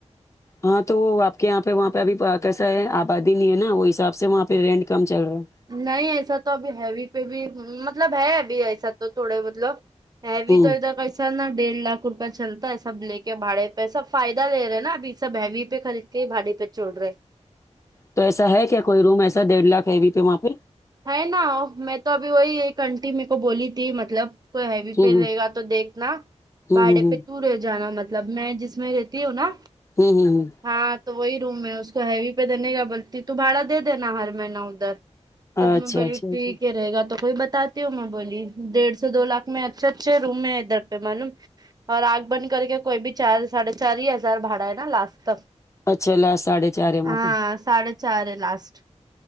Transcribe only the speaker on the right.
نہیں ایسا تو ابھی ہیوی پہ بھی مطلب ہے ابھی ایسا تو تھوڑے مطلب ہیوی
تو ادار کا سر نا ڈیڑھ لاکھ روپیہ چلتا ہے سب لے کے بھاڑے پہ سب فائدہ لے رہے نا اب یہ سب ہیوی پہ خرید کہ بھاڈے پہ چلرا ہ
ہے نا میں تو ابھی وہی ایک انٹی میکو بولی تھی مطلب کوئی ہیوی
پ رہے گا تو دیکھنا
باڑے
پہ تو رے جانا مطلب میں جس میں رہتی ہوں نا
ہاں تو وہی روم ہے اس کو ہیوی پہ دینے گا بلتی تو بھاڑا دے دینا ہر مہینہ ادھر تب
میں بلیے
ٹھیک
ہے رہے گا تو کوئی بتا تی ہوں میں بولی ڈیڑھ سے دو لاکھ میں اچھے اچھے روم ہے ادھر پہ معلوم اور انک بند کر کے کوئی بھی چار ساڑھے چار ہی ہزار بھاڑا ہے نا لاسٹ
ہاں
ساڈے چار ہے لاسٹ